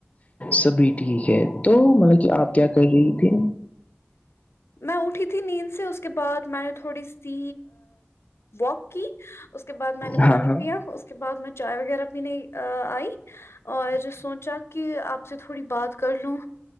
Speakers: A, on the left; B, on the left.
A: سبھی ٹھیک ہے تو مطلب کہ آپ کیا کر رہی تھے
B: میں اٹھی تھی نیند سے اس کے بعد میں نے تھوڑی سی واک کی اس کے بعد میں نے
A: ہاں
B: پانی
A: ہاں
B: پیا اس کے بعد میں چائے وغیرہ پینے آئی اور سوچا کہ آپ سے تھوڑی بات کر لوں